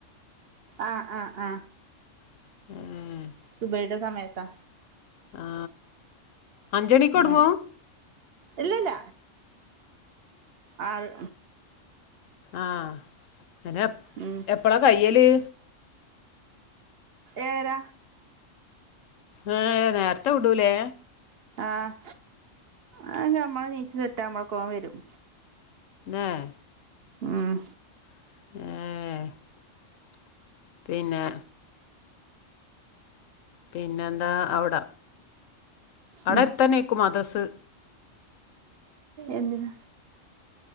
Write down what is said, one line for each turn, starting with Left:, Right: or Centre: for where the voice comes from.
Right: ആ ആ ആ
Left: <inaudible>
Right: സുബയിടെ സമയത്താ
Left: ആ അഞ്ചണിക്കൊട്ങ്ങൂ
Right: ഉം ഇല്ലല്ല ആഹ്
Left: ആഹ് എപ്
Right: ഉം
Left: എപ്പളാ കയ്യല്?
Right: ഏഴര
Left: ഏഹ് ഏഹ് നേര്ത്തെ വിടുലേ
Right: ആഹ് അത് ഞമ്മള് നീച്ചി സെറ്റാവുമ്പൾക്കോൻ വെരും.
Left: ആഹ്
Right: ആഹ്
Left: ഉം പിന്നെ പിന്നെന്താ അവട അവടെട്ത്തെന്നേയ്ക്കും
Right: ന്നാ
Left: മദസ്സ്.
Right: എന്തിനാ